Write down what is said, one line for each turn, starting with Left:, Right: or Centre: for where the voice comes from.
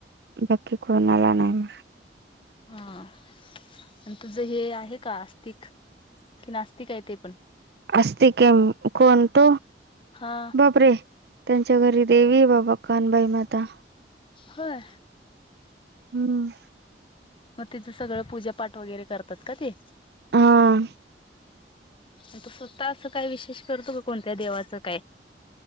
Right: बाकी कोणाला नाही म.
Left: हा आणि तुझं हे आहे का आस्तिक? कि नास्तिक आहे ते पण?
Right: असते गेम, कोणत?
Left: हा
Right: बापरे. त्यांच्या घरी देवी बाबा कानबाई माता.
Left: होय.
Right: हम्म.
Left: मग तिच सगळं पूजापाठ वगैरे करतात का ते?
Right: हा
Left: आणि स्वतः असं काय विशेष करतो का, कोणत्या देवाचं काय?